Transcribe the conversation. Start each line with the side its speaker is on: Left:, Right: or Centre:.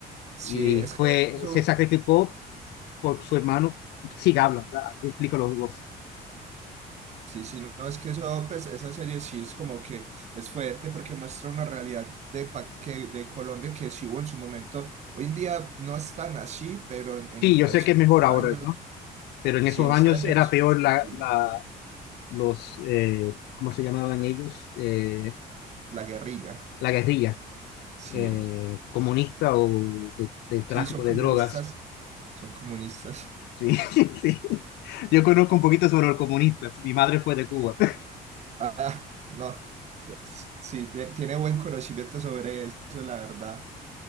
Right: Sí,
Left: Y
Right: es
Left: fue,
Right: que eso
Left: se sacrificó por su hermano. Sí, habla, la- explica los dos.
Right: Sí, sí, no, es que eso, pues, esa serie sí es como que es fuerte porque muestra una realidad de, pa- que, de Colombia que sí hubo en su momento. Hoy en día no es tan así, pero en, en
Left: Sí, yo
Right: hace
Left: sé que es mejor ahora,
Right: años,
Left: ¿no? Pero en
Right: sí,
Left: esos
Right: hace
Left: años
Right: años,
Left: era peor la,
Right: sí,
Left: la- los, eh, ¿cómo se llamaban ellos? Eh,
Right: la guerrilla,
Left: la guerrilla.
Right: sí,
Left: eh, comunista o de, de tráfico
Right: sí, son
Left: de
Right: comunistas,
Left: drogas.
Right: son comunistas. <laughs>
Left: Sí, <laughs> sí. Yo conozco un poquito sobre los comunistas. Mi madre fue de Cuba. <laughs>
Right: Ah, no, es- sí, tie- tiene buen conocimiento sobre eso, la verdad.